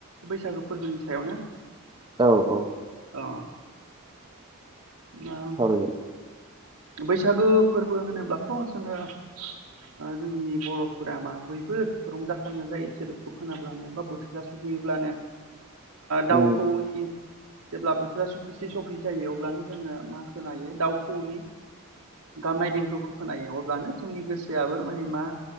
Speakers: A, on the right (about 80°); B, on the right (about 20°).
A: बैसागो फोरबोनि सायावनो
B: औ औ
A: अ दा
B: सावरायजायो
A: बैसागो फोरबो होनोब्लाथ' जोङो ओ जोंनि बर'फोराबा बयबो रंजाखांनाय जायो सोदोबखौ खोनाब्लानो बा बोथोरा सफैयो ब्लानो दाउखौनि
B: नंगौ
A: जेब्ला बोथोरा सफैसे सफै जायो अब्लानो जोङो मा खोनायो दाउ खौवौनि गाबनाय देंखोखौ खोनायो अब्लानो जोंनि गोसोआबो माने मा